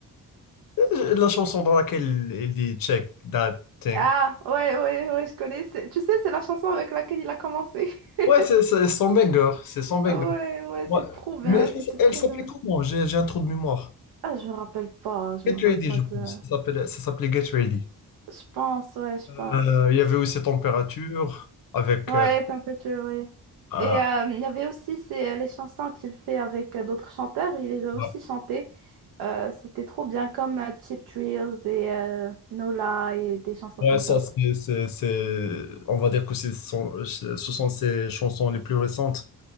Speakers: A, on the left; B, on the right.
A: Euh, La chanson dans laquelle il dit Check that thing.
B: Ah, ouais, ouais, ouais, je connais. C'est- Tu sais, c'est la chanson avec laquelle il a commencé. <laughs>
A: Ouais, c'est c'est son banger, c'est son banger.
B: Ouais, ouais,
A: Ouais.
B: c'est trop bien,
A: Mais
B: c'était trop
A: elle s'appelait
B: bien.
A: comment? J'ai j'ai un trou de mémoire.
B: Ah, je me rappelle pas, je
A: Get
B: me rappelle
A: Ready,
B: pas
A: je
B: de...
A: pense. Ça s'appelait, ça s'appelait Get Ready.
B: Je pense, ouais, je
A: Euh,
B: pense.
A: il y avait aussi Température avec.
B: Ouais,
A: euh,
B: t'es un peu tué, ouais.
A: ah,
B: Et euh, il y avait aussi ces- les chansons qu'il fait avec euh, d'autres chanteurs, il les a aussi
A: ouais,
B: chantées. Euh, c'était trop bien, comme euh, Cheap Thrills et euh, Nola et des chansons
A: ouais,
B: comme
A: ça,
B: ça.
A: c'est, c'est, c'est- on va dire que c'est son- ce sont ses chansons les plus récentes.